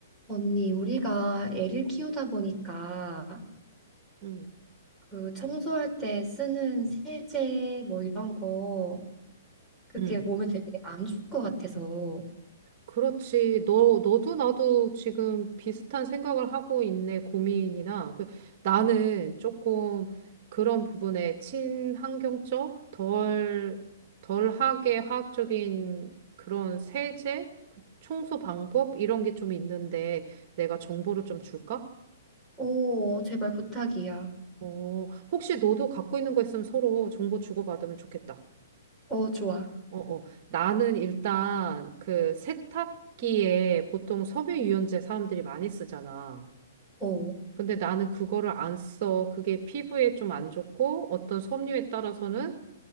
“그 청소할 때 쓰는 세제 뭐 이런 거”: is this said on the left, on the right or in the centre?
Centre